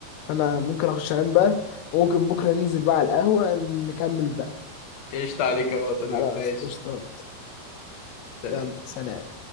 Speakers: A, on the left (about 85°); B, on the left (about 60°).
A: انا ممكن اخش انام بقى وممكن بكرة ننزل بقى على القهوة نكمل بقى
B: قشطة عليك يا بطل
A: خلاص
B: ماشي
A: قشطات
B: سلام
A: يلا سلام